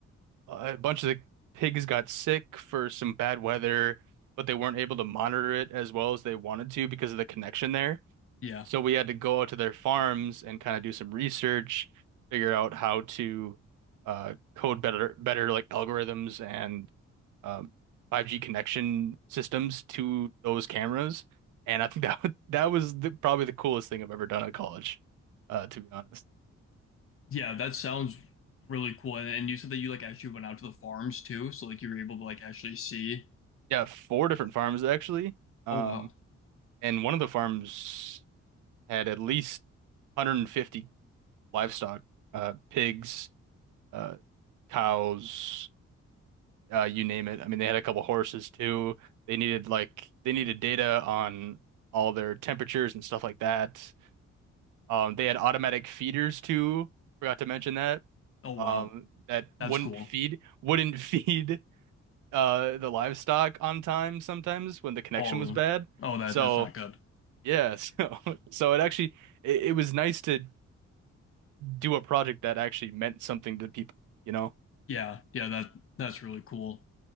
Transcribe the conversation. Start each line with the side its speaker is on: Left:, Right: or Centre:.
Right: uh, a bunch of the pigs got sick for some bad weather, but they weren't able to monitor it as well as they wanted to because of the connection there.
Left: yeah
Right: So we had to go out to their farms and kind of do some research, figure out how to uh, code better, better like algorithms and um, 5G connection systems to those cameras. And I think <laughs> that wa- that was the, probably the coolest thing I've ever done at college, uh, to be honest.
Left: yeah that sounds really cool and, and you said that you like actually went out to the farms too so like you were able to like actually see
Right: Yeah, four different farms actually. Um,
Left: oh wow
Right: and one of the farms had at least 150 livestock, uh, pigs, uh, cows. uh, you name it. I mean, they had a couple horses too. They needed like they needed data on all their temperatures and stuff like that. Um, they had automatic feeders too. Forgot to mention that.
Left: Oh
Right: Um,
Left: wow,
Right: that wouldn't
Left: that's cool.
Right: feed wouldn't <laughs> feed uh the livestock on time sometimes when the connection
Left: Oh,
Right: was bad.
Left: oh that
Right: So
Left: that's not good.
Right: yeah, <laughs> so so it actually it, it was nice to do a project that actually meant something to people, you know?
Left: Yeah, yeah, that that's really cool.